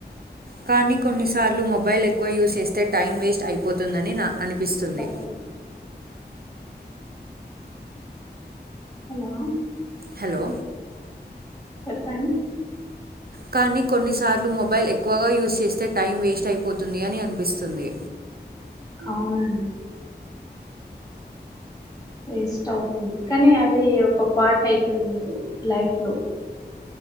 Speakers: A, on the right; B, on the left.
A: కానీ కొన్నిసార్లు మొబైల్ ఎ ఎక్కువ యూస్్ చేస్తే టైం వేస్ట్ అయిపోతుందని నా అనిపిస్తుంది
B: బాగుంది హలో
A: హలో
B: చెప్పండి
A: కానీ కొన్నిసార్లు మొబైల్ ఎక్కువగా యూస్్ చేస్తే టైం వేస్ట్ అయిపోతుంది అని అనిపిస్తుంది
B: అవునండి వేస్ట్ అవుతుంది కానీ అది ఒక పార్ట్ అయిపోయిందిది లైఫ్ లో